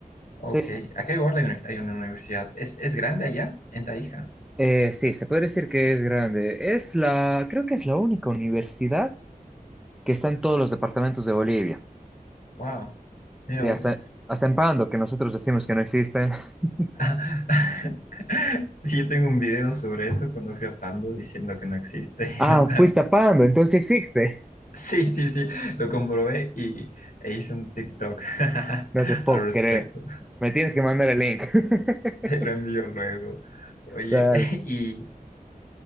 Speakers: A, on the left; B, in the centre.
A: Ok,
B: Sí.
A: acá igual hay, una hay una universidad. ¿Es, es grande allá? En Tarija.
B: Eh, sí, se puede decir que es grande. Es la, creo que es la única universidad que está en todos los departamentos de Bolivia.
A: Wow, mira
B: Sí,
A: vos.
B: hasta, hasta en Pando, que nosotros decimos que no existe. <laughs>
A: <laughs> Sí, yo tengo un video sobre eso cuando fui a Pando diciendo que no existe.
B: Ah,
A: <laughs>
B: fuiste a Pando, entonces sí existe.
A: Sí, sí, sí, lo comprobé y e hice un TikTok <laughs>
B: No te puedo
A: al respecto.
B: creer. Me tienes que mandar el link. <laughs>
A: Te lo envío luego. Oye,
B: Tal.
A: <laughs> y